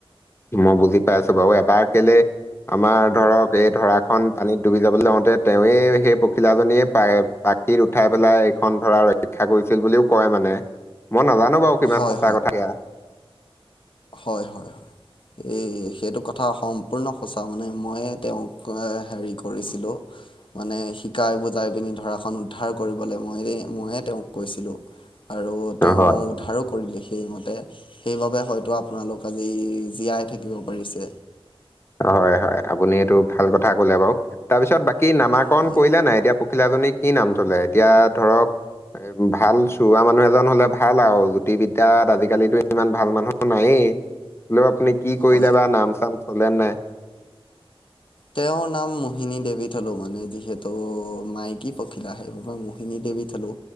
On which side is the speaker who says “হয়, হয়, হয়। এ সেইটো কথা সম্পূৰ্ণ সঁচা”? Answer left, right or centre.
Left